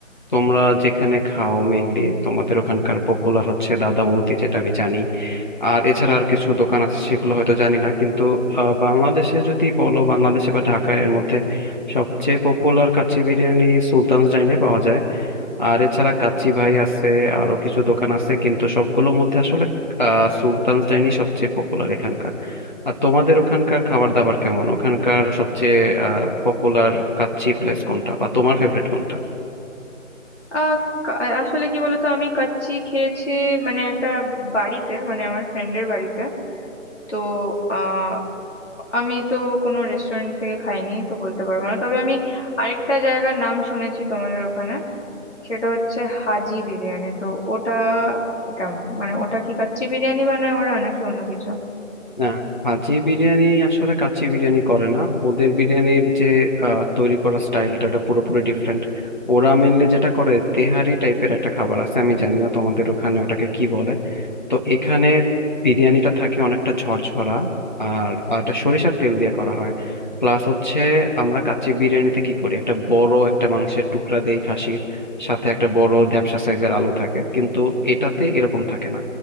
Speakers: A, on the left; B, on the left.
A: তোমরা যেখানে খাও মেনলি তোমাদের ওখানকার পপুলার হচ্ছে দাদা বৌদি যেটা আমি জানি আর এছাড়া আর কিছু দোকান আছে সেগুলো হয়তো জানি না কিন্তু আহ, বাংলাদেশে যদি বলো বাংলাদেশে বা ঢাকায় এর মধ্যে সবচেয়ে পপুলার কাচ্চি বিরিয়ানি সুলতান'স ডাইনে পাওয়া যায় আর এছাড়া কাচ্চি ভাই আছে আরো কিছু দোকান আছে কিন্তু সবগুলোর মধ্যে আসলে আহ সুলতান'স ডাইনি সবচেয়ে পপুলার এখানকার আর তোমাদের ওখানকার খাবার দাবার কেমন ওখানকার সবচেয়ে আহ পপুলার কাচ্চি প্লেস কোনটা বা তোমার ফেভারিট কোনটা
B: আহ কা- আসলে কি বলতো আমি কাচ্চি খেয়েছি মানে একটা বাড়িতে মানে আমার ফ্রেন্ডের বাড়িতে তো আহ আমি তো কোনো রেস্টুরেন্ট থেকে খাইনি তো বলতে পারবো না তবে আমি আরেকটা জায়গার নাম শুনেছি তোমাদের ওখানে সেটা হচ্ছে হাজি বিরিয়ানি তো ওটা কেমন মানে ওটা কি কাচ্চি বিরিয়ানি বানায় ওরা নাকি অন্য কিছু
A: না হাজি বিরিয়ানি আসলে কাচ্চি বিরিয়ানি করে না ওদের বিরিয়ানির যে আহ, তৈরি করার স্টাইলটা ওটা পুরোপুরি ডিফারেন্ট ওরা মেনলি যেটা করে তেহারি টাইপের একটা খাবার আছে আমি জানি না তোমাদের ওখানে ওটাকে কি বলে তো এখানে বিরিয়ানিটা থাকে অনেকটা ঝরঝরা আর আর এটা সরিষার তেল দিয়ে করা হয় প্লাস হচ্ছে আমরা কাচ্চি বিরিয়ানিতে কি করি একটা বড় একটা মাংসের টুকরা দেই খাসির সাথে একটা বড় ধ্যাপসা সাইজের আলু থাকে কিন্তু এটাতে এরকম থাকে না